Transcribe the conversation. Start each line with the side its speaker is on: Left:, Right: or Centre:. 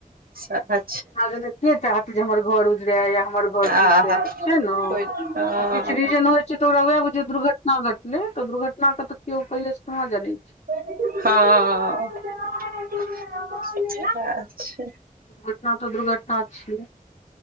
Right: सेहै
Left: आगे से के चाहत जे हमर घर उजरे या हम हमर घर टूटे
Right: आहा
Left: छै नऽ
Right: कोइ हँ
Left: आ किछु रीजन होइत ओकरा वएह बुझियौ दुर्घटना घटलै तऽ दुर्घटना के तऽ केओ पहिले से कहाँ जानैत छै
Right: हँ उहे छै
Left: दुर्घटना तऽ दुर्घटना छियै